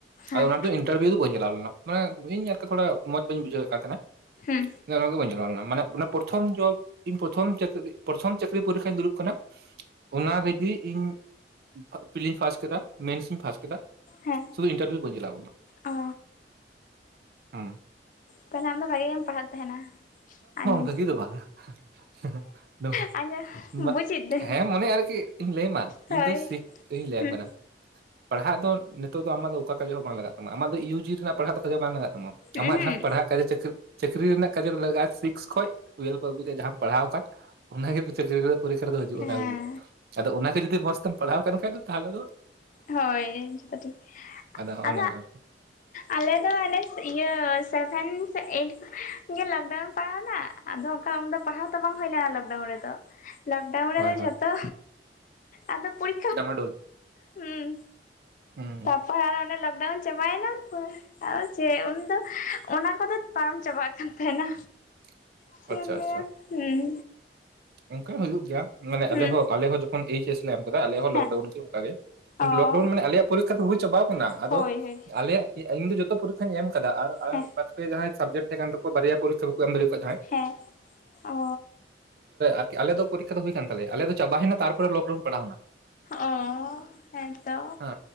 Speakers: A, on the left; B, on the right.
A: ᱦᱮᱸ
B: ᱟᱨ ᱚᱱᱟ ᱛᱮ ᱤᱱᱴᱟᱨᱵᱷᱤᱭᱩ ᱫᱚ ᱵᱟᱹᱧ ᱮᱞᱟᱣ ᱞᱮᱱᱟ ᱢᱟᱱᱮ ᱤᱧ ᱟᱨᱠᱤ ᱛᱷᱚᱲᱟ ᱢᱚᱸᱡᱽ ᱵᱟᱹᱧ ᱵᱩᱡᱷᱟᱹᱣ ᱮᱫ ᱠᱟᱱ ᱛᱟᱦᱮᱸᱱᱟ,
A: ᱦᱩᱸ
B: ᱱᱚᱠᱟ ᱵᱧ ᱪᱣ ᱢᱟᱱᱮ <unintelligible> ᱚᱱᱟ ᱯᱨᱚᱛᱷᱚᱢ ᱡᱚᱵ ᱤᱧ ᱯᱨᱚᱛᱷᱚᱢ ᱪᱟ. ᱠᱨᱤ ᱯᱨᱚᱛᱷᱚᱢ ᱪᱟᱹᱠᱨᱤ ᱯᱚᱨᱤᱠᱠᱷᱟᱧ ᱫᱩᱲᱩᱵ ᱠᱟᱱᱟ᱾ ᱚᱱᱟ ᱨᱮᱜᱤ ᱤᱧ ᱯᱦᱤᱧ, ᱯᱷᱟᱥᱴ ᱠᱮᱫᱟ ᱢᱮᱱᱥ, ᱤᱧ ᱯᱷᱟᱥᱴ ᱠᱮᱫᱟ,
A: ᱦᱮᱸ
B: ᱥᱩᱫᱩ ᱤᱱᱴᱟᱨᱵᱷᱤᱭᱩ ᱵᱟᱹᱧ ᱮᱞᱟᱣ ᱞᱮᱱᱟ
A: ᱚ
B: ᱦᱮᱸᱼᱼ
A: ᱛᱟᱦᱚᱞᱮ ᱟᱢ ᱫᱚ ᱵᱷᱟᱜᱮ ᱜᱮᱢ ᱯᱟᱲᱦᱟᱜ ᱛᱟᱦᱮᱱᱟ ᱟᱸᱡᱚᱢᱼᱼ
B: ᱵᱷᱟᱜᱤ ᱫᱚ ᱵᱟᱝ <unintelligible>
A: ᱟᱸᱡᱚᱢ ᱵᱩᱡᱮᱫ ᱫᱟᱹᱧ
B: ᱦᱮᱸ ᱢᱚᱱᱮ ᱟᱨᱠᱤ ᱤᱧ ᱞᱟᱹᱭᱢᱟ ᱤᱧ
A: ᱦᱳᱭ
B: ᱫᱚ ᱥᱤᱠᱷ ᱤᱧ ᱞᱟᱹᱭᱟᱢ
A: ᱦᱩᱸ
B: ᱠᱟᱱᱟ᱾ ᱯᱟᱲᱦᱟᱜ ᱫᱚ ᱱᱤᱛᱚᱜ ᱫᱚ ᱟᱢᱟᱜ ᱫᱚ ᱚᱠᱟ ᱠᱟᱡᱮ ᱦᱚᱸ ᱵᱟᱝ ᱞᱟᱜᱟᱜ ᱛᱟᱢᱟ ᱟᱢᱟᱜ ᱫᱚ ᱤᱭᱩᱡᱤ ᱨᱮᱱᱟᱜ ᱯᱟᱲᱦᱟᱜ ᱫᱚ ᱠᱟᱡᱮ ᱵᱟᱝ ᱞᱟᱜᱟᱜ ᱛᱟᱢᱟ,
A: ᱦᱩᱸ
B: ᱟᱢᱟᱜ ᱡᱟᱦᱟᱸ ᱯᱟᱲᱦᱟᱜ ᱠᱟᱡᱟᱹᱪᱟ ᱠᱨᱤ ᱪᱟᱹᱠᱨᱤ ᱨᱮᱱᱟᱜ ᱠᱟᱡᱟᱨᱮ ᱞᱟᱜᱟᱜᱼᱟ ᱥᱤᱠᱥ ᱠᱷᱚᱡᱼᱼ ᱴᱩᱭᱮᱞᱵᱷ ᱚᱵ ᱨᱮ ᱡᱟᱦᱟᱸᱟᱢ ᱯᱟᱲᱦᱟᱣ ᱟᱠᱟᱱ ᱚᱱᱟᱜᱮ ᱪᱟᱹᱠᱨᱤ ᱯᱚᱨᱤᱠᱠᱷᱟ ᱨᱮᱫᱚ ᱦᱤᱡᱩᱜᱼᱟ
A: ᱦᱮᱸ
B: ᱚᱱᱟ ᱜᱮ ᱟᱫᱚ ᱚᱱᱟᱜᱮ ᱡᱩᱫᱤ ᱢᱚᱸᱡᱽ ᱛᱮᱢ ᱯᱟᱲᱦᱟᱣ ᱠᱟᱱ ᱠᱷᱟᱡ ᱫᱚ ᱛᱟᱦᱚᱞᱮ ᱫᱚᱼᱼ
A: ᱦᱚᱭ ᱡᱚᱛᱚ ᱴᱷᱤᱠ
B: ᱟᱫᱚ ᱦᱚᱸᱜᱼᱚ
A: <unintelligible>
B: ᱱᱟ ᱜᱮ ᱟᱨᱠᱤ
A: ᱟᱞᱮ ᱫᱚ ᱚᱱᱮ ᱤᱭᱟᱹ ᱥᱮᱵᱷᱮᱱ ᱥᱮ ᱮᱭᱤᱴ ᱱᱤᱭᱟᱹᱞᱚᱠᱰᱟᱣᱩᱱ ᱯᱟᱲᱦᱟᱣᱱᱟ ᱟᱫᱚ ᱚᱱᱠᱟ ᱩᱱ ᱫᱚ ᱯᱟᱲᱦᱟᱣ ᱛᱚ ᱵᱟᱝ ᱦᱩᱭ ᱞᱮᱱᱟ ᱞᱚᱠᱰᱟᱣᱩᱱ ᱨᱮᱫᱚ᱾ ᱞᱚᱠᱰᱟᱣᱩᱱ ᱨᱮᱫᱚ
B: ᱦᱳᱭ
A: ᱡᱚᱛᱚ ᱟᱫᱚ ᱯᱚᱨᱤᱼᱼ
B: ᱰᱟᱢᱰᱳᱞᱼᱼ
A: ᱦᱩᱸ
B: ᱦᱮᱸ ᱦᱮᱸ᱾
A: ᱦᱳᱭ ᱟᱞᱮ ᱚᱸᱰᱮ ᱞᱚᱠᱰᱟᱣᱩᱱ ᱪᱟᱵᱟᱭᱱᱟ ᱦᱭᱼᱼ ᱟᱨ ᱪᱮ ᱩᱱᱫᱚ ᱚᱱᱟ ᱠᱚᱫᱚ ᱯᱟᱨᱚᱢ ᱪᱟᱵᱟᱜ ᱠᱟᱱ ᱛᱟᱦᱮᱱᱟ᱾
B: <inaudible>
A: ᱪᱮᱫ ᱮᱢ ᱞᱟᱹᱭᱼᱟ
B: ᱟᱪᱪᱷᱟ
A: ᱦᱮᱸ
B: ᱚᱱᱠᱟ ᱦᱚᱸ ᱦᱩᱭᱩᱜ ᱜᱮᱭᱟ ᱢᱟᱱᱮ
A: ᱦᱩᱸ
B: ᱟᱞᱮᱦᱚᱸ ᱟᱞᱮ ᱦᱚᱸ ᱡᱚᱠᱷᱚᱱ ᱮᱭᱤᱪ ᱮᱥᱼᱼ ᱞᱮ ᱮᱢ ᱟᱠᱟᱫᱟ ᱟᱞᱮ ᱦᱚᱸ
A: ᱦᱮᱸ
B: ᱞᱚᱠᱰᱟᱣᱩᱱ ᱜᱮ ᱚᱱᱠᱟᱜᱮ
A: ᱚ
B: ᱞᱚᱠᱰᱟᱣᱩᱱ ᱢᱟᱱᱮ ᱟᱞᱮᱭᱟᱜ ᱯᱚᱨᱤᱠᱠᱷᱟ ᱫᱚ ᱦᱩᱭ ᱪᱟᱵᱟᱟᱣ ᱟᱠᱟᱱᱟ᱾ ᱟᱫᱚ
A: ᱦᱳᱭ ᱦᱳᱭ
B: ᱟᱞᱮᱭᱟᱜ ᱤᱧ ᱫᱚ ᱡᱚᱛᱚ ᱯᱚᱨᱤ ᱠᱠᱷᱟᱧ ᱮᱢ ᱟᱠᱟᱫᱟ ᱟᱨᱼᱼ
A: ᱦᱮᱸ
B: ᱟᱯᱮ ᱡᱟᱦᱟᱸᱭ ᱥᱟᱵᱡᱮᱴ ᱛᱟᱦᱮᱸ ᱠᱟᱱ ᱛᱟᱠᱚᱭᱟ ᱯᱚᱨᱤᱠᱠᱷᱟ ᱵᱟᱠᱚ ᱮᱢ ᱫᱟᱲᱮᱠᱚᱣᱟ ᱡᱟᱦᱟᱸᱭ
A: ᱦᱮᱸ ᱚᱻ
B: ᱟᱨᱠᱤ ᱟᱞᱮ ᱯᱚᱨᱤᱠᱠᱷᱟ ᱫᱚ ᱦᱩᱭ ᱠᱟᱱ ᱛᱟᱞᱮᱭᱟ ᱟᱞᱮ ᱫᱚ ᱪᱟᱵᱟᱭᱱᱟ ᱛᱟᱨᱯᱚᱨᱮ ᱛᱟᱨᱯᱚᱨᱮ ᱞᱚᱠᱰᱟᱣᱩᱱ ᱯᱟᱲᱟᱣᱮᱱᱟ
A: ᱚ ᱦᱮᱸ ᱛᱚ
B: ᱦᱮᱸ